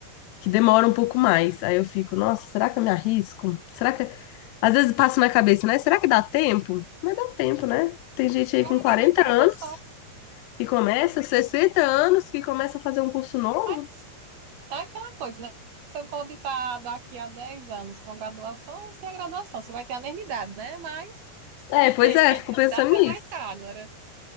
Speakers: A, on the left; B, on the right.
A: Que demoram um pouco mais. Aí eu fico, nossa, será que eu me arrisco? Será que às vezes passa na cabeça, né? Será que dá tempo? Mas dá tempo, né? Tem gente
B: Agora
A: aí com 40
B: sim, como
A: anos
B: pessoa,
A: que começa, 60 anos que começa a fazer um curso novo.
B: mas é aquela coisa, né? Você pode estar daqui a 10 anos com graduação ou sem a graduação, você vai ter a mesma idade, né? Mas
A: É, pois é,
B: <laughs>
A: fico
B: a
A: pensando
B: idade você
A: nisso.
B: vai ficar agora.